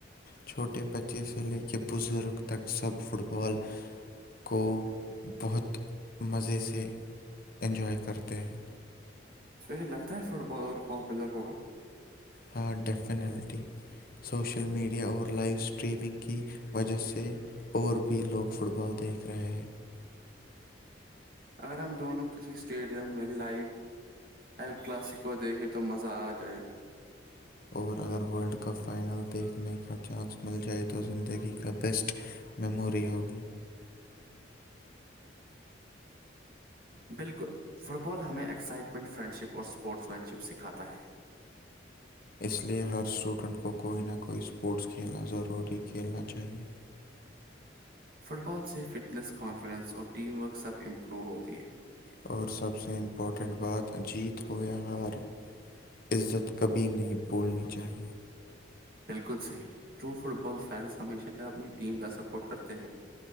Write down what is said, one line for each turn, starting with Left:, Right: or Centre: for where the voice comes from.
Left: چھوٹے بچے سے لے کے بزرگ تک سب فٹ بال کو بہت مزے سے انجوائے کرتے ہیں
Right: مے لگتا ہے فٹ بال اور پاپولر ہوگا
Left: ہاں ڈیفینلٹی سوشل میڈیا اور لائیو اسٹریمنگ کی وجہ سے اور بھی لوگ فٹ بال دیکھ رہے ہیں
Right: اگر ہم دونوں کسی اسٹیڈیم میں لائو ایل کلاسیکو دیکھے تو مزہ آ جائے گا <inaudible>
Left: اور اگر ورلڈ کپ فائنل دیکھنے کا چانس مل جائے تو زندگی کا بیسٹ میموری ہوگی
Right: بالکل فٹ بال ہمیں ایکسائٹمنٹ فرینڈ شپ اور اسپورٹس مین شپ سکھاتا ہے
Left: اس لیے ہر اسٹوڈنٹ کو کوئی نہ کوئی اسپورٹس کھیلنا ضروری کھیلنا چاہیے
Right: فٹ بال سے فٹنس کانفیڈنس اور ٹیم ورک سب امپروو ہوتی ہے
Left: اور سب سے امپورٹنٹ بات اجیت ہویا ہار عزت کبھی نہیں بھولنی چاہیے
Right: بالکل صحیح ٹرو فٹ بال فینس ہمیشہ اپنی ٹیم کا سپورٹ کرتے ہیں